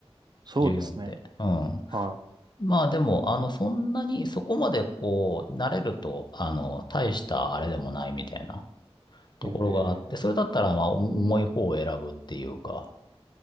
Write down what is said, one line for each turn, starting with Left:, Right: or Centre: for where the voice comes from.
Right: そうですね。
Left: 14って。うん。
Right: は
Left: まあでも、あの、そんなに、そこまでこう、慣れると、あの、大したあれでもないみたいなところがあって、
Right: い。
Left: それだったら、
Right: ええ
Left: まあ、重い方を選ぶっていうか、